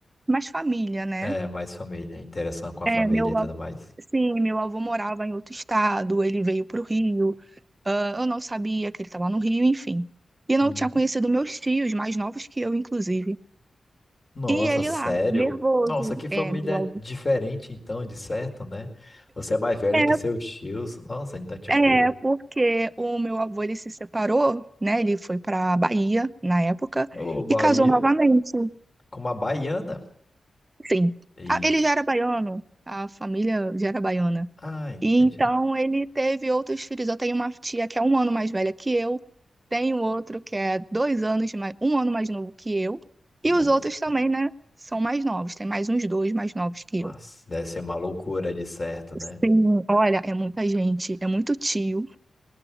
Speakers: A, on the right; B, on the left.
A: mas família, né?
B: É, mais família, interação com a
A: É,
B: família
A: meu,
B: e tudo
A: av-
B: mais.
A: sim, meu avô morava em outro estado, ele veio para o Rio, ah, eu não sabia que ele estava no Rio, enfim. E não
B: Hum.
A: tinha conhecido meus tios, mais novos que eu, inclusive.
B: Nossa,
A: E ele
B: sério?
A: lá, nervoso.
B: Nossa, que família
A: É, meu avô.
B: diferente, então, de certo, né? Você é mais velha
A: É,
B: que seus tios. Nossa, então, tipo.
A: é, porque o meu avô, ele se separou, né? Ele foi para Bahia, na época,
B: Ô, Bahia.
A: e casou novamente.
B: Com uma baiana?
A: Sim,
B: Ixi.
A: Ah, ele já era baiano, a família já era baiana.
B: Ah, entendi.
A: E então ele teve outros filhos. Eu tenho uma tia que é um ano mais velha que eu, tenho outro que é dois anos, mais, um ano mais novo que eu,
B: Nossa,
A: e os outros também, né? São mais novos, tem mais uns dois mais novos que
B: mas
A: eu.
B: deve ser uma loucura de certo, né?
A: Sim, olha, é muita gente, é muito tio.